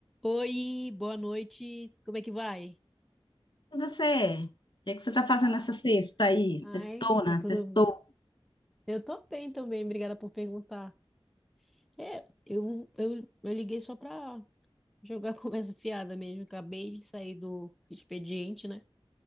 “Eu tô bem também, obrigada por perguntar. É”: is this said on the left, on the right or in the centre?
Centre